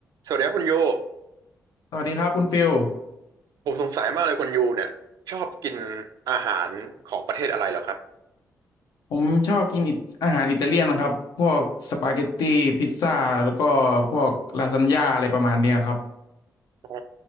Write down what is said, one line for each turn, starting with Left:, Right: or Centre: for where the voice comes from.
Right: สวัสดีครับคุณยู
Left: สวัสดีครับคุณฟิล
Right: ผมสงสัยมากเลยคุณยูเนี่ยชอบกินอาหารของประเทศอะไรเหรอครับ
Left: ผมชอบกินอิตอาหารอิตาเลียนนะครับพวกสปาเกตตี้พิซซ่าแล้วก็พวกลาซานญ่าอะไรประมาณเนี้ยครับ
Right: อ๋อ